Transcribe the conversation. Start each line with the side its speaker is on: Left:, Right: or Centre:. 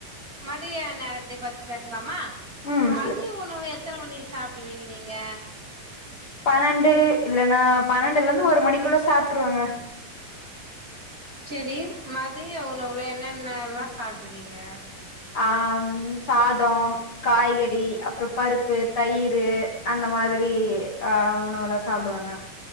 Right: மதிய நேரத்தை பச்சு பேசலாமா
Left: ம்
Right: மதிய உண உணவு எத்தன மணிக்கு சாப்டுவீங்க நீங்க
Left: பன்னெண்டு இல்லனா பன்ரெண்டு லருந்து ஒரு மணிக்குள்ள சாப்பிட்ருவேங்க
Right: சேரி ம திய உணவுல என்னென்ன எல்லா சாப்டுவீங்க
Left: ஆ ம் சாதோ காய்கறி அப்பறோ பருப்பு தயிரு அந்த மாதிரி ஆ உணவுலா சாப்டுவேங்க